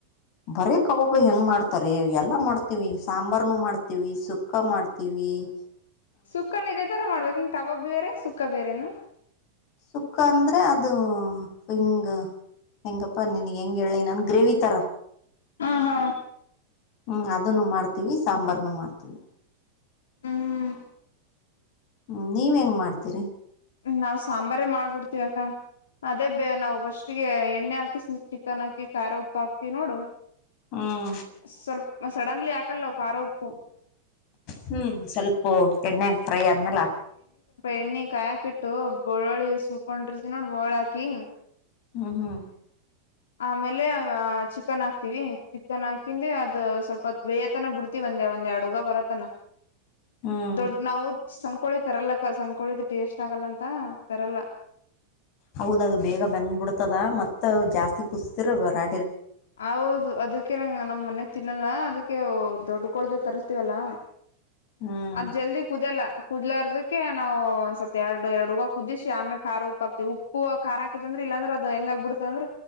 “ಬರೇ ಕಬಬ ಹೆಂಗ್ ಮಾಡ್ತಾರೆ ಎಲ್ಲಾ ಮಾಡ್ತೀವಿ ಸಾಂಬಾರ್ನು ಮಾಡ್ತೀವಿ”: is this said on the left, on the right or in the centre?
Left